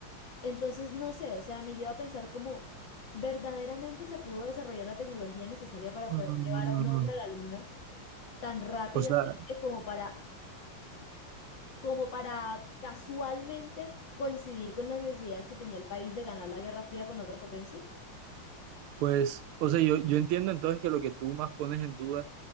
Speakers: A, on the left; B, on the right.
A: Entonces, no sé, o sea, me lleva a pensar cómo verdaderamente se pudo desarrollar la tecnología necesaria para
B: Mm,
A: poder llevar a un hombre a la luna tan rápidamente
B: O sea,
A: como para, como para casualmente coincidir con las necesidades que tenía el país de ganar la Guerra Fría con la otra potencia.
B: pues, o sea, yo, yo entiendo entonces que lo que tú más pones en duda